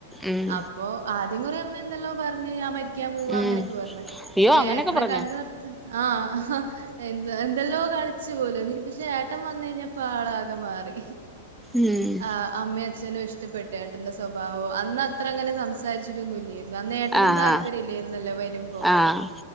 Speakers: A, in the centre; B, on the right.
A: ഉം
B: അപ്പൊ ആദ്യം കൊറേ അമ്മ ന്നെന്തല്ലോ പറഞ്ഞ്. ഞാൻ മരി ക്കാൻ പോവാ
A: ഉം
B: അങ്ങനെയൊക്കെ പറഞ്ഞ്.
A: അയ്യോ
B: പിന്നെ
A: അങ്ങനെയൊക്കെ
B: ഏട്ടനെ
A: പറഞ്ഞോ
B: കണ്ട് വർത്താനം ആ എന്ത എന്തല്ലോ കളിച്ചു പോലു ട്ടൻ വന്ന് കഴിഞ്ഞ പ്പ ആളാകെ മാറി.
A: ഉം
B: ആ അമ്മയും അച്ഛനും ഇഷ്ടപ്പെട്ടു. ഏട്ടന്റെ സ്വഭാവം. അന്ന് അത്ര അങ്ങനെ സംസാരിച്ചിട്ടൊന്നുല്ലേരുന്നു. അന്ന് ഏട്ടനും
A: ആഹ്
B: താല്പര്യംല്ലായിരുന്നല്ലോ വരുമ്പോ
A: ആഹ് ആഹ്